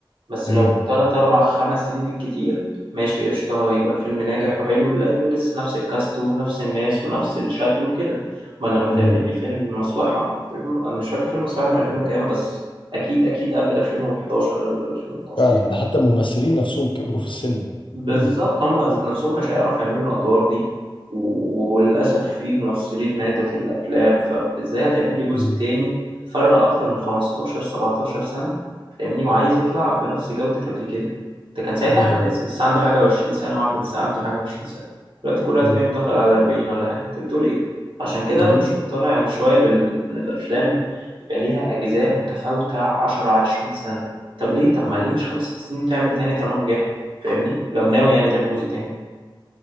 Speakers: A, on the right (about 75°); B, on the left (about 70°).
A: بس
B: امم
A: لو تلات أربع خمس سنين بالكتير ماشي قشطة هيبقى الفيلم ناجح وحلو لأنه لسه نفس الكاست ونفس الناس ونفس الشكل وكده أمال لما تعمل
B: مم.
A: لي فيلم مصلحة فيلم- أنا مش فاكر فيلم مصلحة من 2000 وكام بس أكيد أكيد قبل 2011 قبل 2012
B: فعلا ده حتى الممثلين نفسهم كبروا في السن
A: بالظبط
B: مم.
A: هم ذات نفسهم مش هيعرفوا يعملوا الأدوار دي و- وللأسف في ممثلين ماتوا في الأفلام فإزاي هتعمل لي جزء
B: أمم.
A: تاني فرق أكتر من 15 17 سنة فاهمني وعايز يطلع بنفس جودة قبل كده ده كان ساعتها
B: دي
A: أحمد
B: حقيقة
A: عز لسه عنده حاجة و20 سنة وأحمد السقا عنده حاجة و20 سنة دلوقتي كل واحد
B: أمم.
A: فيهم داخل على 40 ولا حاجة أنت بتقول إيه؟ عشان كده
B: طب
A: أنا
B: قول-
A: مش مقتنع شوية بال... إن الأفلام يبقى ليها أجزاء متفاوتة 10 20 سنة طب ليه؟ طب ما ليه مش خمس ست سنين وتعمل تاني طالما نجحت؟ فاهمني لو ناوي يعني تعمل جزء تاني